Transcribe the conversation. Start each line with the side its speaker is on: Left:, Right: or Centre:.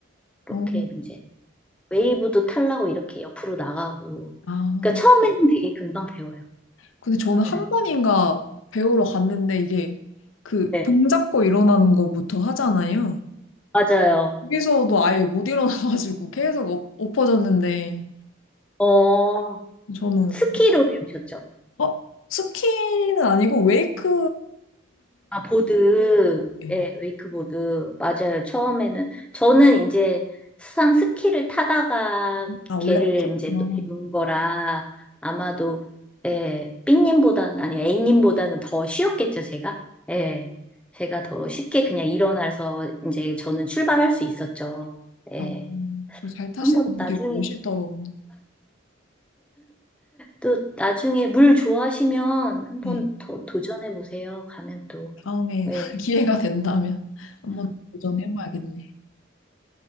Centre: 이렇게
Left: 어,
Centre: 이제 웨이브도 타려고 이렇게 옆으로 나가고.
Left: 아.
Centre: 그러니까 처음에는 되게 금방 배워요.
Left: 근데 저는
Centre: 네.
Left: 한 번인가 배우러 갔는데 이게 그
Centre: 네,
Left: 봉 잡고 일어나는 거부터 하잖아요.
Centre: 맞아요.
Left: 거기서도 아예 못 일어나가지고 계속 엎- 엎어졌는데
Centre: 어,
Left: 저는
Centre: 스키로 배우셨죠?
Left: 어? 스키는 아니고 웨이크
Centre: 아, 보드.
Left: 네.
Centre: 예, 웨이크보드. 맞아요. 처음에는. 저는 이제 수상 스키를 타다가
Left: 아 원래
Centre: 걔를
Left: 타셨구나.
Centre: 이제 또 배운 거라 아마도, 예, 삐님보다는, 아니, A님보다는 더 쉬웠겠죠, 제가? 예, 제가 더 쉽게 그냥 일어나서 이제 저는 출발할 수 있었죠. 예,
Left: 아, 그걸 잘 타시는
Centre: 한번
Left: 분
Centre: 나중에,
Left: 되게 멋있더라고요.
Centre: 또 나중에 물 좋아하시면 한번
Left: 네.
Centre: 더 도전해 보세요. 가면 또,
Left: 다음에
Centre: 예.
Left: <laughs> 기회가 된다면 한번 도전해봐야겠네.